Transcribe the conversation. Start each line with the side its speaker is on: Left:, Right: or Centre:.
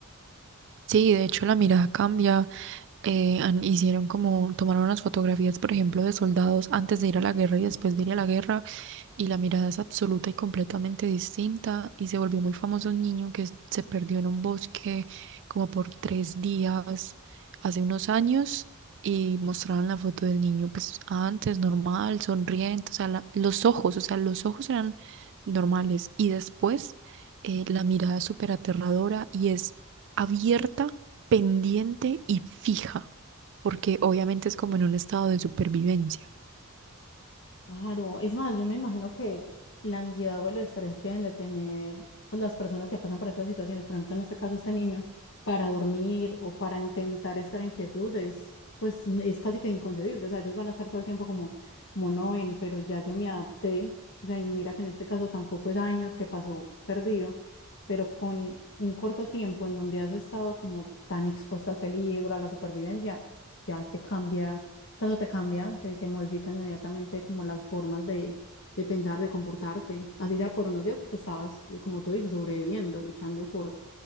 Right: Sí, de hecho la mirada cambia. eh, han- hicieron como, tomaron unas fotografías, por ejemplo, de soldados antes de ir a la guerra y después de ir a la guerra y la mirada es absoluta y completamente distinta y se volvió muy famoso un niño que s- se perdió en un bosque como por tres días hace unos años y mostraban la foto del niño pues antes normal, sonriente, o sea, la- los ojos, o sea, los ojos eran normales y después eh, la mirada es súper aterradora y es abierta, pendiente y fija, porque obviamente es como en un estado de supervivencia.
Left: Claro, es más, yo me imagino que la ansiedad o el estrés que deben de tener pues, las personas que pasan por estas situaciones, por ejemplo, en este caso este niño, para dormir o para intentar estar en quietud es, pues, n- es casi que inconcebible. O sea, ellos van a estar todo el tiempo como, como no ven, pero ya yo me adapté. O sea, y mira que en este caso tampoco es años que pasó perdido, pero con un corto tiempo en donde has estado como tan expuesto al peligro, a la supervivencia, ya te cambia sea, Eso te cambia, te, te modifica inmediatamente como las formas de, de pensar, de comportarte, así sea por unos días, porque estabas, como tú dices, sobreviviendo, luchando por,